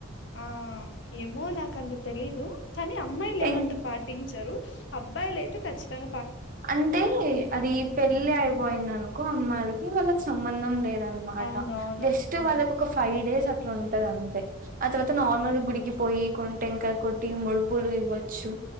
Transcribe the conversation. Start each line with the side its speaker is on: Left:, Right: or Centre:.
Left: ఆ ఏమో నాకంత తెలీదు కానీ అమ్మాయిలు
Right: టెం
Left: ఏమంత పాటించరు అబ్బాయిలు అయితే ఖచ్చితం
Right: అంటే అది పెళ్ళి అయిపోయింది అనుకో అమ్మాయిలకి వాళ్ళకి సంబంధం లేదు అనమాట
Left: అవునవును
Right: జస్ట్
Left: అదే
Right: వాళ్ళకి ఒక ఫైవ్ డేస్ అట్ల ఉంటది అంతే ఆ తరువాత నార్మల్ గుడికి పోయి కొన్ టెంకాయ కొట్ ముడుపులు ఇవ్వచ్చు